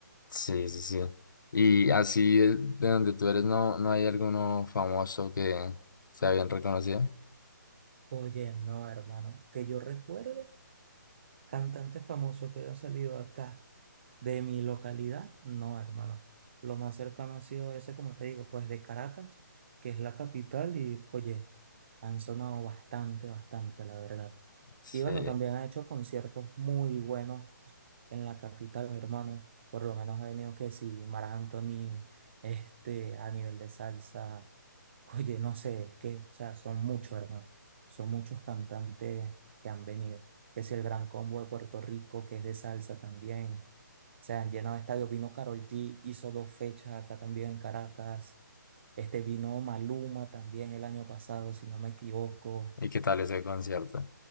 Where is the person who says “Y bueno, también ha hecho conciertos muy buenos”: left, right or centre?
Right